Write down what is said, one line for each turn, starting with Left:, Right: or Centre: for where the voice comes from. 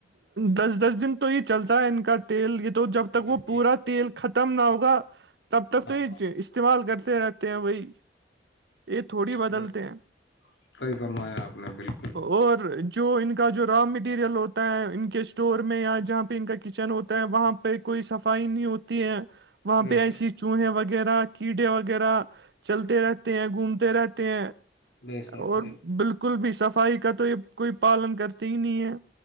Right: دس دس دن تو یہ چلتا ہے ان کا تیل یہ تو جب تک
Left: جی
Right: وہ
Left: جی
Right: پورا تیل خ م نہ ہوگا تب تک
Left: ہاں
Right: تو یہ
Left: ہاں
Right: استعمال کرتے رہتے ہیں وہی یہ تھوڑی بدلتے
Left: بے شک
Right: ہیں
Left: صحیح فرمایا آپ نے بالکل
Right: اور جو ان کا جو را مٹیریل ہوتا ہے ان کے اسٹور میں یا جہاں پہ ان کا کچن ہوتا ہے وہاں پہ کوئی صفائی نہیں ہوتی ہے وہاں
Left: بے
Right: پہ ایسی
Left: شک
Right: چوہے وغیرہ کیڑے وغیرہ چلتے رہتے ہیں گھومتے رہتے ہیں
Left: بے شک
Right: اور
Left: بے
Right: بالکل بھی صفائی کا تو یہ کوئی پالن کرتی ہی نہیں ہے